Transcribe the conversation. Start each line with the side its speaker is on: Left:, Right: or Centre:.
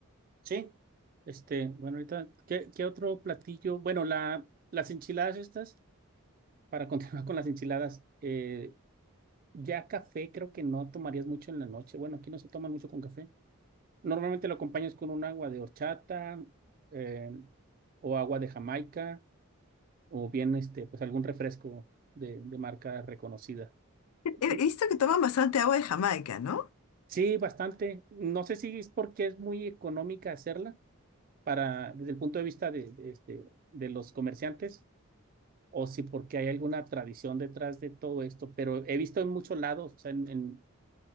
Right: Sí. Este, bueno, ahorita, ¿qué, qué otro platillo? Bueno, la, las enchiladas estas, para <laughs> continuar con las enchiladas, eh, ya café creo que no tomarías mucho en la noche. Bueno, aquí no se toman mucho con café. Normalmente lo acompañas con un agua de horchata eh, o agua de Jamaica o bien este, pues algún refresco de, de marca reconocida.
Left: He he
Right: Mm,
Left: visto que toman bastante agua de Jamaica, ¿no?
Right: Sí, bastante. No sé si es porque es muy económica hacerla para, desde el punto de vista de, de, este, de los comerciantes o si porque hay alguna tradición detrás de todo esto, pero he visto en muchos lados, o sea, en, en